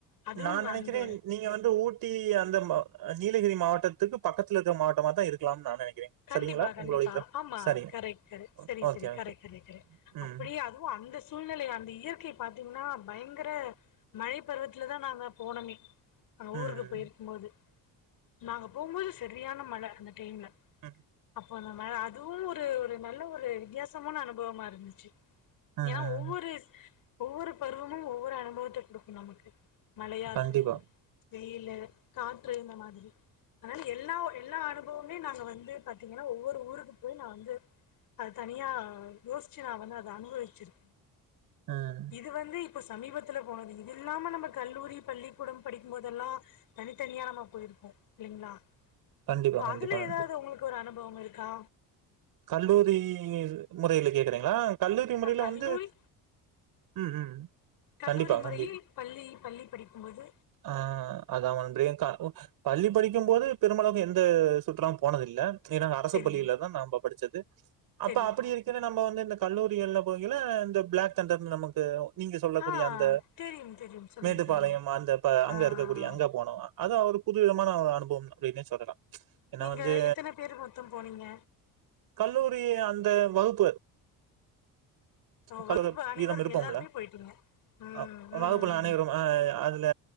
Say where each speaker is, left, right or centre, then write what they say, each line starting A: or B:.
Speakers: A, on the left (about 60°); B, on the right (about 65°).
A: அதுவும்
B: நா நெனக்கிறே
A: அந்த
B: நீங்க வந்து ஊட்டி ஏ அந்த மா நீலகிரி மாவட்டத்துக்கு பக்கத்துலதா இருக்கற மாவட்டமாதா இருக்கலாம் நா நெனைக்கிறே
A: கண்டிப்பா
B: சரிங்களா
A: கண்டிப்பா
B: உங்களுடைய கிராம
A: ஆம்மா
B: சரிங்க
A: கரெட் கரெட்
B: ஓ
A: செரி
B: ஓகே
A: செரி கரெ
B: ஓகே
A: கரெ கரெ
B: ம்
A: அப்டியே அதுவு அந்த சூழ்நெலய அந்த இயற்கைய பாத்தீங்கன்னா பயங்கர மழை பருவத்துலதா நாங்க போனமே அங்க
B: ம்
A: ஊருக்கு
B: ம்
A: போயிருக்கு போது நாங்க போம்போது செரியான மழ அந்த டைம்ல
B: ம்
A: போன மாரி அதுவும் ஒரு ஒரு நல்ல ஒரு வித்தியாசமான அனுபவமா இருந்துச்சி
B: ம்
A: ஏன்னா
B: ம்
A: ஒவ்வொரு ஒவ்வொரு பருவமு ஒவ்வொரு அனுபவத்த குடுக்கு நமக்கு மழயா இருக்கட்டு
B: கண்டிப்பா
A: வெயில்லு காற்று இந்த மாதிரி அதனால எல்லா எல்லா அனுபவமே நாங்க வந்து பாத்தீங்கன்னா ஒவ்வொரு ஊருக்கு போய் நா வந்து அது தனியா யோஷ்ச்சு நா வந்து அத அனுபவிச்சிருக்கே
B: ம்
A: இது வந்து இப்போ சமீபத்துல போனது இது இல்லாம நம்ம கல்லூரி பள்ளிக்கூடம் படிக்குபோதெல்லா தனித்தனிய நம்ம போயிருக்கோ இல்லீங்களா
B: கண்டிப்பா
A: இப்ப
B: கண்டிப்பா
A: அதுல
B: நண்பரே
A: ஏதாவது உங்களுக்கு ஒரு அனுபவம் இருக்கா
B: கல்லூரி மொறைல கேக்குறீங்களா கல்லூரி மொறைல
A: ஆ கல்லூரி
B: வந்து ம் ம்
A: கல்லூரி
B: கண்டிப்பா
A: முறையில்
B: கண்டிப்
A: பள்ளி பள்ளி படிக்குபோது
B: ஆ அதா வன்றி கா உ பள்ளி படிக்கு போது பெருமளவுக்கு எந்த சுற்றுலாவு போனதில்ல ஏனா நா அரசு
A: செரிங்க
B: பள்ளில தா நம்ம படிச்சது
A: செரி
B: அப்ப அப்டி இருக்கேல நம்ம வந்து இந்த கல்லூரிகள்ல போகேல இந்த பிளாக் தண்டர் நமக்கு நீங்க சொல்லக்கூடிய
A: ஆ
B: அந்த
A: தெரியும் தெரியும் சொல்லுங்க
B: மேட்டுப்பாளையம்
A: சொல்லுங்க
B: அந்த ப அங்க
A: ஆ
B: இருக்கக்கூடிய அங்க போனோ வ அதா ஒரு புதுவிதமான ஒரு அனுபவம் அப்டின்னே சொல்லலா ஏன்னா
A: நீங்க
B: வந்து
A: எத்தன பேரு மொத்தோ போனீங்க
B: கல்லூரி அந்த வகுப்பு
A: ஓ
B: கலு
A: வகுப்பு அனைவரும்
B: வீதம் இருப்போம்ல
A: எல்லாருமே போயிட்டீங்க ம்
B: அ
A: ம்
B: வகுப்புல அனைவரு ஆ அதுல